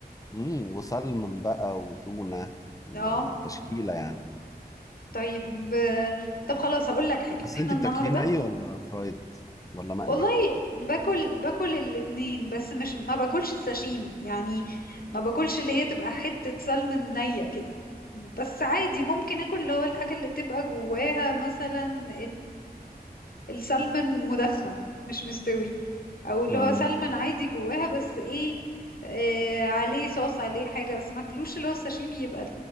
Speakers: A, on the left; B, on the left.
A: مم، وسلمون بقى وتونة وتشكيلة
B: اه
A: يعني
B: طيب طب خلاص هقول لك حاجة
A: بس
B: احنا
A: أنت
B: النهاردة
A: بتاكليه ني ولا فرايد ولا مقلي؟
B: والله باكل باكل الاتنين بس مش ما باكلش الساشيمي يعني ما باكلش اللي هي تبقى حتة سلمون نية كده بس عادي ممكن اكل اللي هو الحاجة اللي تبقى جواها مثلا السلمون مدخن مش مستوي او اللي
A: مم.
B: هو سلمون عادي جواها بس ايه آه عليه صوص عليه حاجة بس ما اكلوش اللي هو الساشيمي يبقى